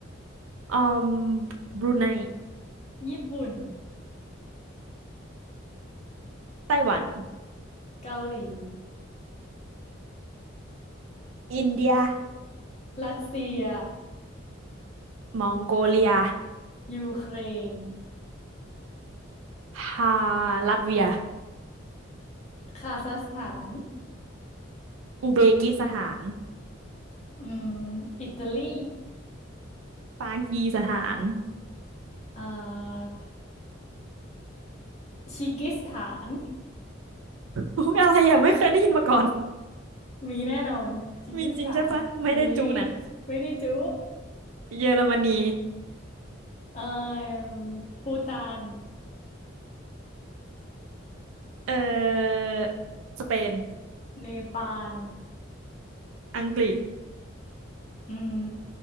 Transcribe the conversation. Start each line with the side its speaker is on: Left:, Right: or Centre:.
Right: อืมบรูไน
Left: ญี่ปุ่น
Right: ไต้หวัน <laughs>
Left: เกาหลี
Right: อินเดีย
Left: รัสเซีย
Right: มองโกเลีย
Left: ยูเครน
Right: ฮาลัตเวีย
Left: คาซัคสถาน
Right: อุเบกิสถาน
Left: อืมอิตาลี
Right: ปากีสถาน
Left: เอ่อชิกิสถาน
Right: อุ๊ยอะไรอ่ะไม่เคยได้ยินมาก่อน
Left: มีแน่นอนคีร์กิสถาน
Right: มีจริงใช่ปะ ไม่ได้จุนะ
Left: มี ไม่ได้จุ
Right: เยอรมนี
Left: เอ่อภูฏาน
Right: เอ่อสเปน
Left: เนปาล
Right: อังกฤษ
Left: อืม